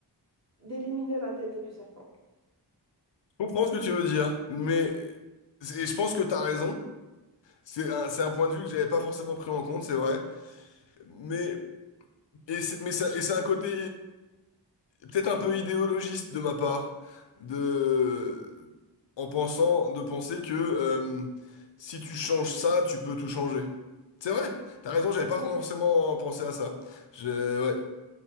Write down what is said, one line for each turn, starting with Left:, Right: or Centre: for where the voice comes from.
Right: d'éliminer la tête du serpent.
Left: Je comprends ce que tu veux dire, mais et je pense que t'as raison. C'est un, c'est un point de vue que j'avais pas forcément pris en compte, c'est vrai. Mais Et c'est, mais ça, et c'est un côté peut-être un peu idéologiste de ma part, de, en pensant, de penser que euh, si tu changes ça, tu peux tout changer. C'est vrai, t'as raison, j'avais pas forcément pensé à ça. Je, ouais,